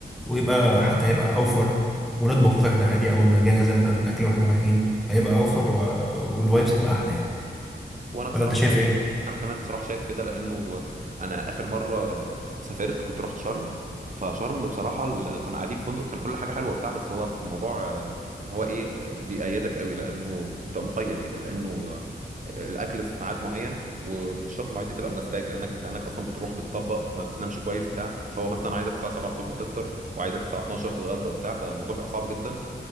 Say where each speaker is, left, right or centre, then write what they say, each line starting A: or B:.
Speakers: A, in the centre; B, on the right.
A: ويبقى حتى هيبقى اوفر ونطبخ احنا عادي او نجهز احنا الاكل واحنا رايحين هيبقى اوفر و... والفايبس تبقى احلى يعني
B: وانا بصراحه
A: ولا انت شايف
B: شايف
A: ايه
B: انا كمان بصراحه شايف كده لانه انا اخر مره سافرت كنت رحت شرم فشرم بصراحه ال- كنا قاعدين في فندق كان كل حاجه حلوه بتاع بس هو الموضوع آه، اللي هو ايه آه، بيقيدك قوي لانه بتبقى مقيد يعني لانه آه، الاكل في ميعاد معين ومش شرط المواعيد دي تبقى مناسباك لانك انت هناك اصلا بتروح بتطبق ما بتنامش كويس بتاع فهو مثلا عايزك الساعه 7 الصبح تفطر وعايزك الساعه 12 تتغدى وبتاع فالموضوع بيبقى صعب جدا